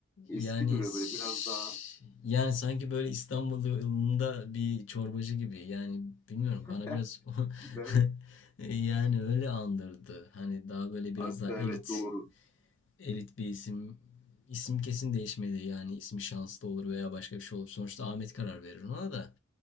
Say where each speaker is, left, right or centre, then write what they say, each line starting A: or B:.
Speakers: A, on the left; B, on the left.
A: eski
B: yani
A: duruyor
B: ş-
A: böyle biraz daha.
B: yani sanki böyle İstanbul yolunda bir çorbacı gibi. Yani bilmiyorum
A: <laughs>
B: bana biraz
A: Değil
B: <laughs>
A: mi?
B: yani öyle andırdı. Hani daha böyle biraz
A: Anka
B: daha elit
A: evet doğru.
B: elit bir isim. İsim kesin değişmedi. Yani ismi şanslı olur veya başka bir şey olur. Sonuçta Ahmet karar verir ona da.